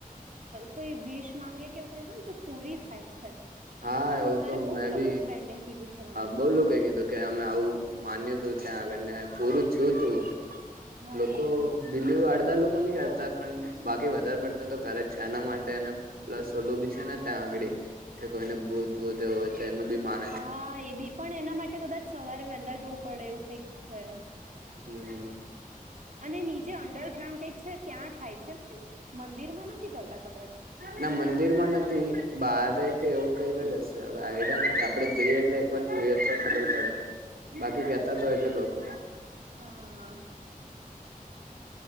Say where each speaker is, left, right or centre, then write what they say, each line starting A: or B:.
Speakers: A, on the right; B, on the right.
A: પલ કોઈ વીશ માંગે કે હોયને તો પૂરી થાય છે
B: હા આયો
A: એવું મારે
B: તો
A: બહુ
B: મેં
A: લોકો
B: ભી
A: ફ્રેન્ડે કીધું છે મને
B: બવ લોકાય ગ્યોતો કે અમે આવું માન્યું તું ત્યાં આગળને પૂરું થયું તું
A: હા
B: લોકો બિલી અડધા લોકો કરતા પણ બાકી વધારે પડતા તો કરે જ છે એના માટે અને પ્લસ ઓલું બી છે ને ત્યાં આગળ કે કોઈને ભૂત હોય એનું બી મા
A: હા એ બી પણ એના માટે કદાચ સવારે વહેલા જોવું પડે એવું કઈક છે
B: હમ
A: અને નીચે અંડરગ્રાઉન્ડ કઈક છે ત્યાં થાય છે ને મંદિર માં નથી કરતા કદાચ
B: ના મંદિરમાં નથી બારે કે એવું કઈ કરી હશે હવે આઈડિયા નથી આપડે જઈએ એટલે જોઈએ તો ખબર પડે બાકી કેતા તો હોય છે લોકો <unintelligible>
A: હા